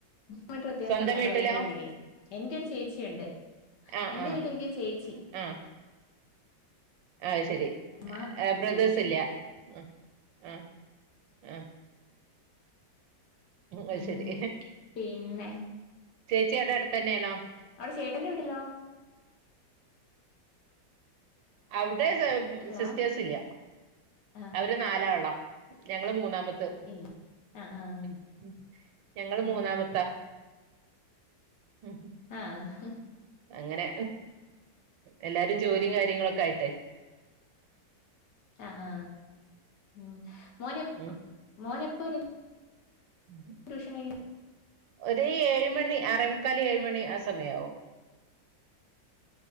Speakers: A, on the left; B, on the right.
A: മീറ്റർ വ്യത്യാസുണ്ട്
B: സ്വന്തം
A: ഞങ്ങൾ
B: വീട്ടിലോ
A: വീട് തമ്മില് എനിക്കൊരു ചേച്ചിയുണ്ട്
B: ആഹ്
A: എന്റെ
B: ആഹ്
A: വീട്ടിലെങ്കിൽ ചേച്ചി
B: ആഹ് ആഹ് ശരി
A: അമ്മ
B: ബ്രദേഴ്സ്
A: ചേച്ചി
B: ഇല്ല ആഹ് ആഹ് ആഹ് അത്
A: അഹ്
B: ശരി
A: പിന്നെ
B: ചേച്ചിയടെ അടുത്തന്നെയാണോ
A: അവിടെ ചേട്ടന്റെ വീട്ടിലോ
B: അവിടെ
A: ഹലോ
B: സിസ്റ്റേഴ്സ് ഇല്ല
A: ആഹ്
B: അവര് നാലാളാ ഞങ്ങള് മൂന്നാമത്തത്
A: ഇല്ല ആഹ് ആഹ്
B: ഉം ഞങ്ങൾ
A: ഉം
B: മൂന്നാമത്താ ഉം
A: ആഹ്
B: അങ്ങനെ എല്ലാരും ജോലിയും കാര്യങ്ങളൊക്കായിട്ടെ
A: ആഹ് ആഹ് ഉം മോനെപ്പ
B: ഉം
A: മോനെപ്പരും
B: <inaudible>
A: ട്യൂഷൻ കഴിഞ്ഞ്
B: ഒര് ഏഴ് മണി ആറമുക്കാല് ഏഴ് മണി ആഹ് സമയാവും